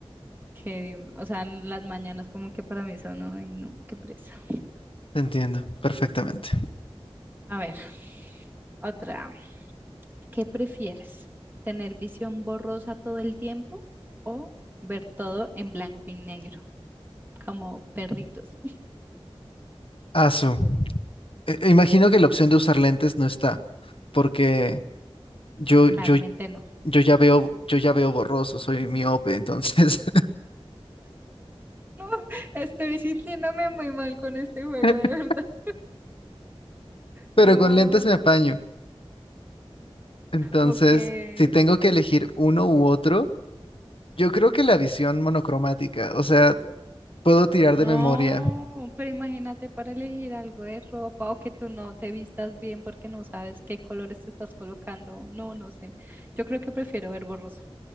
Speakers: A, on the right (about 20°); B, on the left (about 60°).
A: que diur- O sea, las mañanas como que para mí son, ay, no, qué presa.
B: Te entiendo, perfectamente.
A: A ver, otra. ¿Qué prefieres? ¿Tener visión borrosa todo el tiempo o ver todo en blanco y negro, como perritos?
B: Ah, su. E- e imagino que la opción de usar lentes no está, porque yo, yo,
A: <laughs> Claramente no.
B: yo ya veo, yo ya veo borroso, soy miope, entonces.
A: No, estoy sintiéndome muy mal con este juego,
B: <laughs>
A: de verdad.
B: Pero
A: No,
B: con lentes me apaño. Entonces,
A: ok.
B: si tengo que elegir uno u otro, yo creo que la visión monocromática, o sea, puedo tirar
A: No,
B: de memoria,
A: pero imagínate para elegir algo de ropa o que tú no te vistas bien porque no sabes qué colores te estás colocando. No, no sé. Yo creo que prefiero ver borroso.